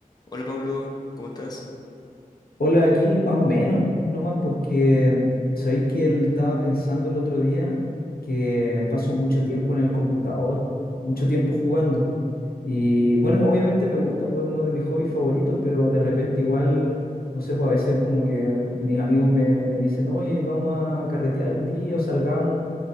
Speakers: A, on the left (about 25°); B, on the left (about 80°).
A: Hola Pablo, ¿cómo estás?
B: Hola, aquí más o menos, no más porque sabéis que él estaba pensando el otro día que paso mucho tiempo en el computador, mucho tiempo jugando. Y bueno, obviamente me gusta, pues es uno de mis hobbies favoritos, pero de repente igual, no sé, pues a veces como que mis amigos me, me dicen, oye, vamos a carretear un día o salgamos.